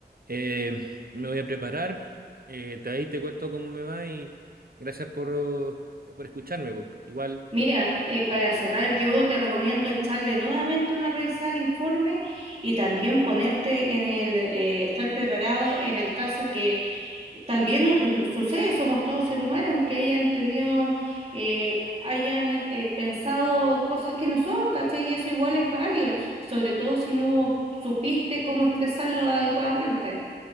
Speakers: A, on the right; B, on the right.
A: eh, me voy a preparar. Eh, de ahí te cuento cómo me va y gracias por, por escucharme. po. Igual.
B: Mira, eh, para cerrar, yo te recomiendo echarle nuevamente una revisada al informe y también ponerte en el, eh, estar preparado en el caso que también uh, uh, sucede, somos todos seres humanos, que hayan tenido, eh, hayan eh, pensado cosas que no son, ¿cachai? Y eso igual es válido, sobre todo si no supiste cómo expresarlo adecuadamente.